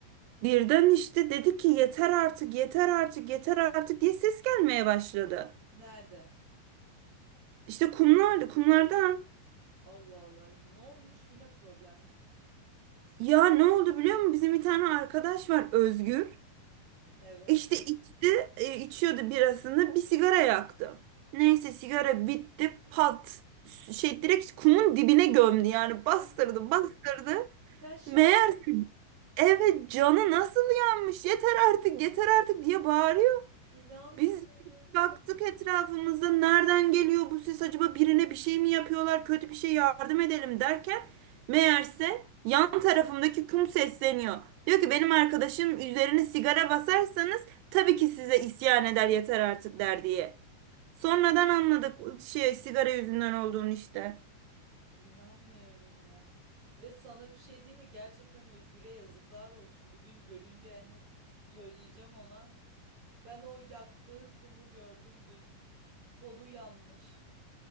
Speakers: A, on the right (about 85°); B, on the right (about 60°).
A: Birden işte dedi ki yeter artık yeter artık yeter artık diye ses gelmeye başladı.
B: Nereden?
A: İşte kumlar, kumlardan
B: Allah Allah. Ne olmuş? Yine problem ne?
A: ya ne oldu biliyor musun? Bizim bir tane arkadaş var Özgür.
B: Evet.
A: İşte içti, e, içiyordu birasını bir sigara yaktı. Neyse sigara bitti pat. Şey direkt kumun dibine gömdü yani
B: Ay,
A: bastırdı bastırdı.
B: sen şaka.
A: Meğer evet canı nasıl yanmış yeter artık yeter artık diye bağırıyor.
B: İnanmıyorum.
A: Biz baktık etrafımızda nereden geliyor bu ses acaba birine bir şey mi yapıyorlar kötü bir şey yardım edelim derken meğerse yan tarafımdaki kum sesleniyor. Diyor ki benim arkadaşım üzerine sigara basarsanız tabii ki size isyan eder yeter artık der diye. Sonradan anladık şey sigara yüzünden olduğunu işte.
B: İnanmıyorum ya. Ve sana bir şey değil mi? Gerçekten Özgür'e yazıklar olsun. Bugün görünce yani söyleyeceğim ona. Ben o yaktığı kumu gördüm dün. Kolu yanmış.